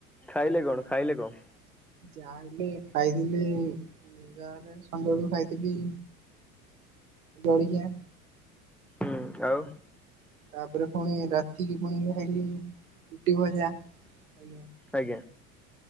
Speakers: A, in the centre; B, on the right.
A: ଖାଇଲେ କଣ ଖାଇଲେ କଣ?
B: ଯାହା ହେଲେ ଖାଇଥିଲି ଯାହା ହେଲେ ସଞ ବେଳକୁ ଖାଇଥିଲି। ଜଳଖିଆ।
A: ହୁଁ ଆଉ।
B: ତାପରେ ପୁଣି ରାତିକି ପୁଣି ଖାଇଲି ରୁଟି ଭଜା ଆଜ୍ଞା।
A: ଆଜ୍ଞା